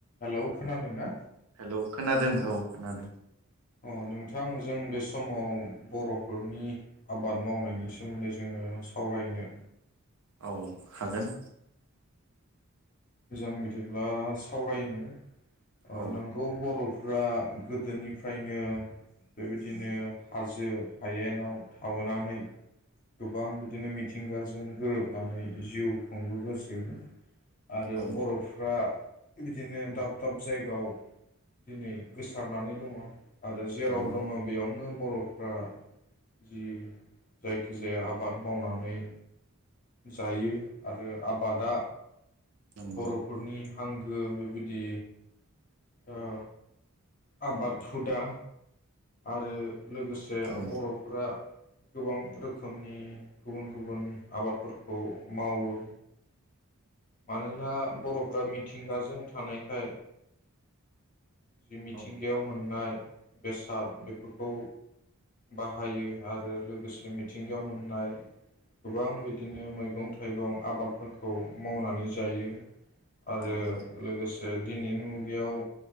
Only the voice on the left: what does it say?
Hello खोनादोंना?
अ नोंथां जों बे समाव बर'फोरनि आबाद मावनायनि सोमोन्दै जोङो सावरायनो
जों बिदिब्ला सावरायनो अ
नोंगौ बर' फोरा गोदोनिफ्रायनो बेबायदिनो हाजो हायेनाव थाबोनानै गोबां बिदिनो मिथिंगाजों गोरोबनानै जिउ खुंबो गोसिनोमोन। आरो
बर'फ्रा बिदिनो दाब दाब जायगायाव दिनै गोसारनानै दङ। आरो जेराव
दङ बेयावनो बर'फ्रा जि जायखिजाया आबाद मावनानै जायो आरो आबादा
बर'फोरनि आं गो बेबायदि ओ आबाद हुदा आरो लोगोसे
बर'फोरा गोबां रोखोमनि गुबुन गुबुन आबादफोरखौ मावो मानोना बर'फ्रा मिथिंगाजों थानायखाय जि मिथिंगायाव
मोननाय बेसाद बेफोरखौ बाहायो आरो लोगोसे मिथिंगायाव मोननाय गोबां बिदिनो मैगं थाइगं आबादफोरखौ मावनानै जायो। आरो
लोगोसे दिनै मुगायाव